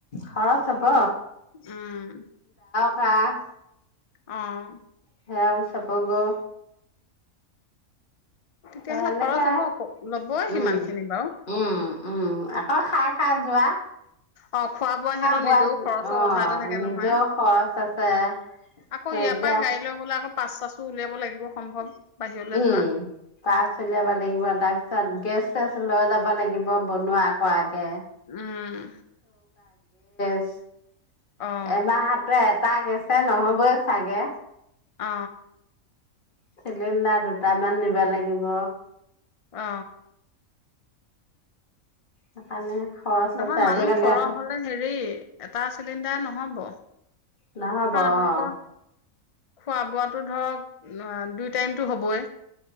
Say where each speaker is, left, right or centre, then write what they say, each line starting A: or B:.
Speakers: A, on the left; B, on the left.
A: খৰচ হব।
B: উম,
A: কাহ,
B: অ',
A: সেয়াও চাব গৈ।
B: তেতিয়াহ'লে
A: এনেকে
B: খৰচ হ'ব আকৌ ল'বই
A: উম
B: সিমান খিনি বাৰু।
A: উম উম, আকৌ খাই- খাই যোৱা
B: অ ', খোৱা বোৱা সিহঁতৰ
A: বোৱাত
B: নিজেও খৰচৰ
A: অ
B: কথা এটা থাকে
A: নিজৰ
B: নহয়।
A: খৰচ আছে
B: আকৌ
A: এতিয়া
B: ইয়াৰ পৰাই গাড়ী লৈ গলে আকৌ পাচ- চাচো উলিয়াব লাগিব। সম্ভৱ। বাহিৰলৈ
A: উম
B: যোৱা
A: ', পাচ উলিয়াব লাগিব তাৰপিছত গেছ, - চব লৈ যাব লাগিব বনোৱা কৰাকে।
B: উম',
A: <unintelligible>
B: অ
A: এমাহতে এট, তাৰ গেছে নহ'বই চাগে।
B: অ,
A: চিলিণ্ডাৰ, দুটামান নিব লাগিব।
B: অ,
A: সেইকাৰণে, খৰচ
B: নহয়
A: আছে
B: মানুহ
A: আজিকালি
B: সৰহ
A: আকৌ
B: হলে হেৰি এটা চিলিণ্ডাৰ, দা নহ'ব।
A: নহ'ব
B: কাৰণ আপোনালোকৰ
A: অ',
B: খোৱা- বোৱোতো ধৰক, - অ', দুই টাইমটো হ'বই।